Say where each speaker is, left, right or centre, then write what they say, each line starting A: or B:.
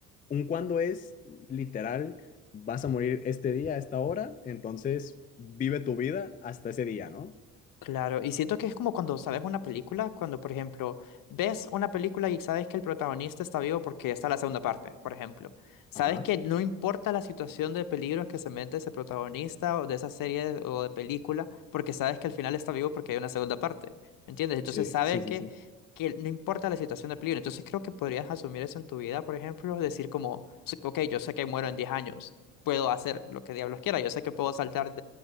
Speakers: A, on the left; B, on the left.
A: un cuándo es literal, vas a morir este día, a esta hora, entonces vive tu vida hasta ese día, ¿no?
B: Claro, y siento que es como cuando sabes una película, cuando por ejemplo ves una película y sabes que el protagonista está vivo porque está la segunda parte, por ejemplo. Sabes
A: Ajá,
B: que no importa la situación de peligro que se mete ese protagonista o de esa serie o de película, porque sabes que al final está vivo porque hay una segunda parte, ¿me entiendes? Entonces
A: sí,
B: sabes
A: sí, sí,
B: que,
A: sí.
B: que no importa la situación de peligro. Entonces creo que podrías asumir eso en tu vida, por ejemplo, decir como, "Sí, ok, yo sé que muero en 10 años, puedo hacer lo que diablos quiera, yo sé que puedo saltar